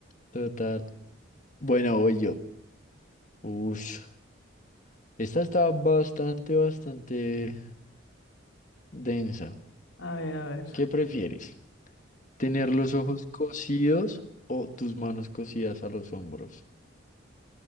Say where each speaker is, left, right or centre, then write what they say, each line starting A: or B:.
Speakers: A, on the left; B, on the left.
A: Total. Bueno, voy yo. Ush. Esta está bastante, bastante densa.
B: <laughs> A ver, a ver.
A: ¿Qué prefieres? Tener los ojos cosidos o tus manos cosidas a los hombros.